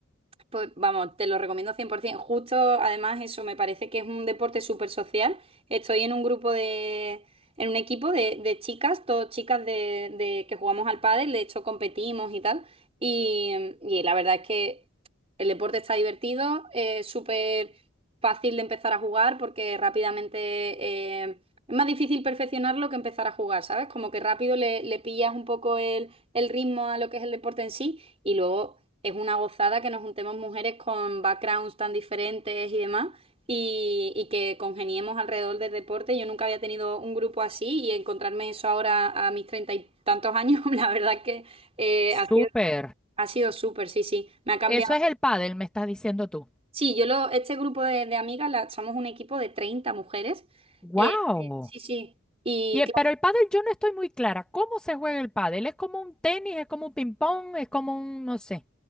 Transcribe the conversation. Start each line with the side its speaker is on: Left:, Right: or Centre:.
Right: Pues vamos, te lo recomiendo 100%. Justo, además, eso me parece que es un deporte súper social. Estoy en un grupo de, en un equipo de, de chicas, todas chicas de, de que jugamos al pádel, de hecho competimos y tal. Y, y la verdad es que el deporte está divertido, es súper fácil de empezar a jugar porque rápidamente eh, es más difícil perfeccionarlo que empezar a jugar, ¿sabes? Como que rápido le, le pillas un poco el, el ritmo a lo que es el deporte en sí. Y luego es una gozada que nos juntemos mujeres con backgrounds tan diferentes y demás y, y que congeniemos alrededor del deporte. Yo nunca había tenido un grupo así y encontrarme eso ahora a mis treinta y tantos años, <laughs> la verdad que eh,
Centre: Súper.
Right: ha sido, ha sido súper, sí, sí, me ha cambiado.
Centre: Eso es el pádel, me estás diciendo tú.
Right: Sí, yo lo, este grupo de, de amigas la- somos un equipo de 30 mujeres.
Centre: ¡Wow!
Right: Eh, sí, sí. Y
Centre: Y, e- pero el pádel yo no estoy muy clara. ¿Cómo se juega el pádel? ¿Es como un tenis? ¿Es como un ping-pong? ¿Es como un, no sé?